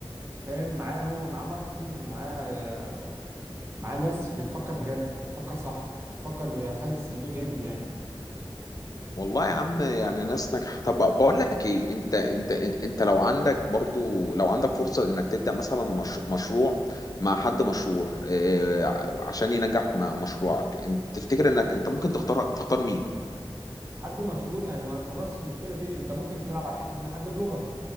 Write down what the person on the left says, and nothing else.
والله يا عم يعني ناس ناجحة طب بقول لك ايه انت انت انت لو عندك برضو لو عندك فرصة انك تبدأ مثلا مش مشروع مع حد مشهور اه عشان ينجح مع مشروعك انت تفتكر انك انت ممكن تختار تختار مين